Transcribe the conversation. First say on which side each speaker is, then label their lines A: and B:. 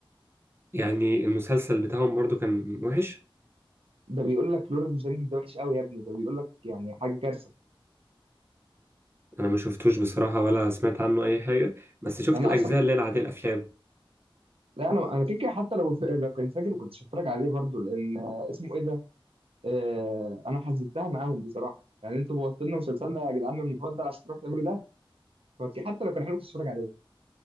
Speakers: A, on the right; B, on the right.
A: يعني المسلسل بتاعهم برضو كان وحش
B: ده بيقول لك لورد اوف ذا رينجز ده وحش قوي يا ابني ده بيقول لك يعني حاجه كارثه
A: انا ما شفتوش بصراحة ولا سمعت عنه اي حاجة بس شفت
B: انا
A: الاجزاء
B: اصلا
A: اللي هي العادية الافلام
B: لا انا انا كده كده حتى لو ف- لو كان فاكر كنت هتفرج عليه برضه لان آه، اسمه ايه ده آه، انا حزبتها معاهم بصراحه يعني انتوا بوظتوا لنا مسلسلنا يا جدعان المفضل عشان تروحوا تعملوا ده فك- حتى لو كان حلو كنت اتفرج عليه